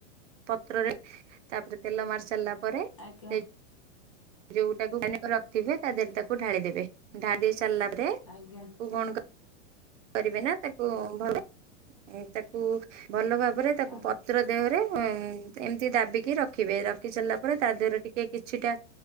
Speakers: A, on the right; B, on the left.
A: ପତ୍ରରେ ତାପରେ ତେଲ ମାରି ସାରିଲା ପରେ।
B: ଆଜ୍ଞା।
A: ସେ ଯୋଉଟାକୁ ଗ୍ରାଇନିଗ କରି ରଖିଥିବେ ତା ଦେହରେ ତାକୁ ଢାଳି ଦେବେ ଢାଳି ଦେଇ ସାରିଲା ପରେ ତାକୁ
B: ଆଜ୍ଞା
A: କଣ କ କୁ କରିବେ ନା ତାକୁ ଭଲ ତାକୁ ଭଲ ଭାବରେ ତାକୁ
B: ଆଜ୍ଞା
A: ପତ୍ର।
B: ଆଜ୍ଞା
A: ଦେହରେ ଉମ ଏମିତି ଦାବିକି ରଖିବେ ରଖି ସାରିଲା ପରେ ତା ଦେହରେ ଟିକେ କିଛିଟା।